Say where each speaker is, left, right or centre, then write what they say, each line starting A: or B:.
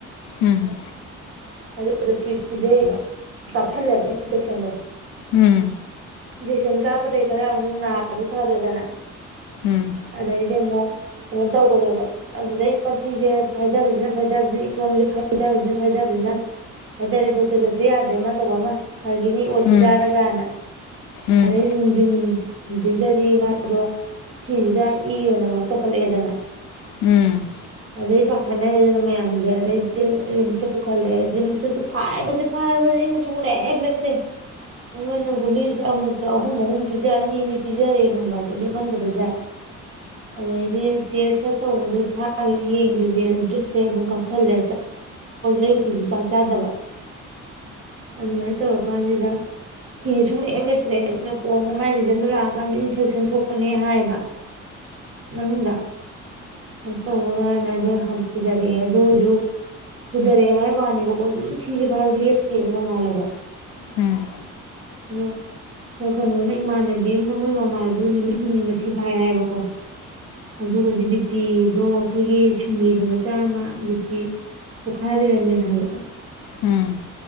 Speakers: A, on the left (about 75°); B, on the right (about 45°).
A: ꯎꯝ
B: ꯑꯗꯨ ꯄꯤꯖꯩꯌꯦꯕ ꯀꯥꯞꯁꯜꯂꯦꯕ ꯏꯟꯖꯦꯛꯁꯟꯗꯣ
A: ꯎꯝ
B: ꯏꯤꯟꯀ ꯗꯈꯔꯦ ꯎ ꯅ ꯐꯒꯦꯗꯅ
A: ꯎꯝ ꯎꯝ
B: ꯑꯗꯩꯗꯤ ꯗꯤ ꯑꯃꯛ ꯀꯩꯅꯣ ꯇꯧꯈꯔꯦꯕ ꯑꯗꯨꯗꯩ ꯃꯊꯤꯁꯦ ꯐꯥꯏꯊꯕꯁꯤꯅ ꯐꯥꯏꯊꯕꯁꯤꯅ ꯏꯇꯣꯟꯁꯦ ꯐꯥꯏꯊꯕꯁꯤꯅ ꯐꯥꯏꯊꯕꯁꯤꯅ ꯍꯥꯏꯇꯥꯔꯦ ꯗꯣꯛꯇꯔ ꯆꯠꯁ ꯌꯥꯗ꯭ꯔꯦ ꯑꯃ ꯇꯧꯕ ꯑꯃ ꯐꯒꯤꯅꯤ ꯑꯣꯠꯇꯨ
A: ꯎꯝ
B: ꯆꯥꯔꯒꯅ
A: ꯎꯝ ꯎꯝ ꯎꯝ ꯎꯝ ꯎꯝ ꯎꯝ ꯎꯝ
B: ꯑꯗꯩ ꯅꯨꯡꯊꯤꯟ ꯑꯗꯨ ꯑꯗꯨꯗꯗꯤ ꯃꯥꯗꯣ ꯐꯤꯁꯤꯗ ꯏ ꯑꯣꯏꯅ ꯀꯩꯅꯣ ꯇꯧꯈꯠꯂꯛꯑꯦꯗꯅ
A: ꯎꯝ
B: ꯑꯗꯩ ꯄꯥꯈꯠꯅꯔꯦꯗꯅ ꯃꯌꯥꯝꯁꯦ ꯑꯗꯩꯗꯤ ꯔꯤꯝꯁꯇ ꯄꯨꯈꯠꯂꯦ ꯔꯤꯝꯁꯇꯁꯨ ꯐꯥꯏꯕꯁꯦ ꯐꯥꯏꯕꯁꯦ ꯑꯩ ꯃꯨꯡ ꯂꯦꯦꯞ ꯂꯦꯞꯇꯦ ꯃꯪꯒꯂꯤꯖ ꯑꯍꯨꯝ ꯑꯍꯨꯝ ꯄꯤꯖꯥ ꯑꯅꯤ ꯑꯅꯤ ꯄꯤꯖꯔꯦꯕ ꯍꯗꯤ ꯃꯟꯗꯕꯗ ꯑꯗꯗꯤ ꯇꯦꯁꯀ ꯇꯧꯕꯗ ꯊꯥꯒ ꯌꯦꯡꯒꯁꯦ ꯑꯗꯨ ꯇꯤꯨꯞꯁꯦ ꯑꯗꯨꯝ ꯀꯥꯞꯁꯤꯜꯂꯦ ꯑꯌꯨꯛꯀꯤꯁꯨ ꯆꯥꯛ ꯆꯥꯗꯕ ꯑꯗꯨ ꯃꯥꯏ ꯇꯧꯔ ꯀꯥꯟꯁꯤꯗ ꯐꯤ ꯁꯨꯡ ꯅꯦꯛꯑ ꯂꯩꯦꯇ꯭ꯔꯦ ꯑꯗꯨ ꯀꯣꯟꯅ ꯃꯥꯏ ꯔꯤꯖꯟꯗꯣ ꯂ ꯀꯥꯟꯗ ꯏꯟꯐꯦꯛꯁꯟ ꯊꯣꯛꯄꯅꯦ ꯍꯥꯏꯌꯦꯕ ꯃꯅꯅꯨꯡꯗ ꯑ ꯇ ꯅ ꯄꯨꯊꯔꯛꯑꯦ ꯑꯗꯨ ꯍꯧꯖꯤꯁꯨ ꯄꯨꯊꯔꯛꯑꯦ ꯍꯥꯏ ꯋꯥꯅꯦꯕꯀꯣ ꯑꯗꯨꯝ ꯊꯤꯖꯦꯕ ꯍꯥꯏꯕꯗꯤ ꯂꯦꯞꯇꯦꯕ ꯅꯣꯡꯉꯥꯜꯂꯕꯣ
A: ꯎꯝ
B: ꯑꯣ ꯀ ꯀꯩꯅꯣꯅ ꯏꯃꯥꯟꯅꯕꯤ ꯃꯣꯏ ꯃꯃꯥꯁꯨ ꯅꯨꯃꯤꯠ ꯍꯨꯝꯅꯤꯃꯊꯤ ꯐꯥꯏ ꯍꯥꯏꯑꯕꯀꯣ ꯑꯗꯨ ꯒꯗꯤ ꯕꯤ ꯄꯤꯗꯣ ꯑꯩꯈꯣꯏꯒꯤ ꯁꯤꯡꯂꯤꯗ ꯃꯆꯥ ꯑꯃ ꯕꯤ ꯄꯤ ꯄꯣꯛꯈꯥꯏ ꯂꯩꯔꯝꯃꯦ ꯍꯥꯏꯕ
A: ꯎꯝ